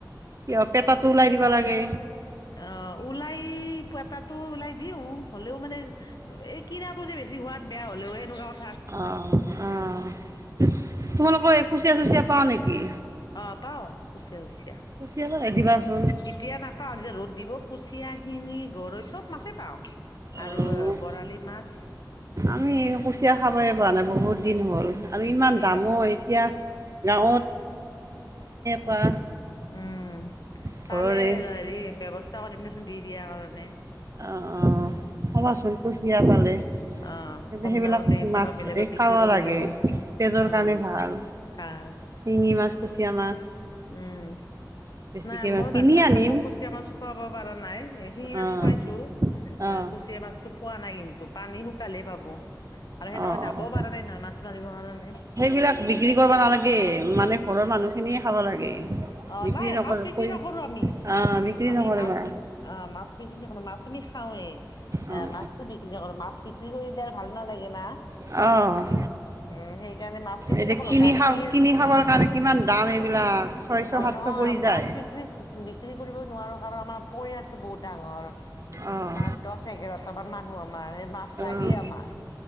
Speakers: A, on the right (about 45°); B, on the left (about 65°).
A: কিয় পেটাতো ওলাই দিব লাগে।
B: অ ওলাই পেতাটো ওলাই দিওঁ। হ'লেও মানে এই কিনাটো যে বেছি হোৱাত বেয়া হলেও এনেকুৱা
A: অ, অ। তোমালোকৰ এ কুচিয়া চুচিয়া পোৱা নেকি?
B: অ পাওঁ কুচিয়া চুচিয়া।
A: কুচিয়াটো আনি দিবাচোন।
B: এতিয়া নাপাওঁ যে ৰ'দ দিব কুচিয়া, শিঙি, গৰৈ চব মাছেই পাওঁ।
A: অ'
B: আৰু বৰালি মাছ
A: আমি কুচিয়া খাবই পোৱা নাই বহুত দিন হ'ল আমি ইমান
B: এই
A: দামো
B: অ
A: এতিয়া গাঁৱত <unintelligible> <unintelligible> <unintelligible>
B: উম
A: ঘৰৰে
B: পালে হেৰি ব্যৱস্থা কৰিম ৰেচন দি দিয়াৰ কাৰণে
A: অ অ কবাচোন কুচিয়া পালে,
B: অ
A: সেইবিলাক
B: কম দামতে কেতিয়াবা
A: মাছ
B: বেলেগত
A: এই
B: বিক্ৰী
A: কাৱা
B: কৰিলেও
A: লাগে। তেজৰ
B: উম
A: কাৰণে ভাল
B: <unintelligible>
A: শিঙি মাছ, কুচিয়া মাছ
B: উম
A: বেছিকে
B: নাই মোৰ
A: কিনি
B: বাচ্ছা কেইটাক
A: আনিম
B: কুচীয়া মাছ খুৱাব পাৰা নাই, শিঙি মাছ
A: অ'
B: খুৱাইছো।
A: অ'
B: কুচিয়া মাছ পোৱা নাই কিন্তু পানী শুকালেহে পাব আৰু সেনেও
A: অ'
B: যাব
A: অ'
B: পৰা নাই নহয় মাছ মাৰিব কাৰণে।
A: সেইবিলাক বিক্ৰী কৰিব নালাগে, মানে ঘৰৰ মানুহ খিনিয়ে খাব লাগে। বিক্ৰী
B: অ নাই
A: নকৰিবা
B: মাছ বিক্ৰী
A: <unintelligible>
B: নকৰো আমি
A: আহ বিক্ৰী
B: আমি
A: নকৰিবা
B: মাছ অ মাছ বিক্ৰী <unintelligible> <unintelligible> মাছ আমি খাওঁৱেই
A: অঁ
B: মাছতো বিক্ৰী কৰি থাকে মাছ বিক্ৰী কৰিলে ভাল নালাগে না
A: অঁ
B: উম সেইকাৰণে মাছ বিক্ৰী
A: এতিয়া
B: কৰোঁ
A: কিনি
B: গাখীৰ
A: খা কিনি খাবৰ কাৰণে কিমান দাম এইবিলাক
B: অ
A: ছয়শ
B: অ
A: সাতশ
B: নহয়
A: পৰি যায়
B: মাছ বিক্ৰী বি বিক্ৰী কৰিব নোৱাৰো কাৰণ আমাৰ পৰিয়ালটো বহুত ডাঙৰ
A: অঁ
B: আমাৰ দহ এঘাৰটা মান মানুহ আমাৰ এই মাছ
A: অঁ
B: লাগেই আমাৰ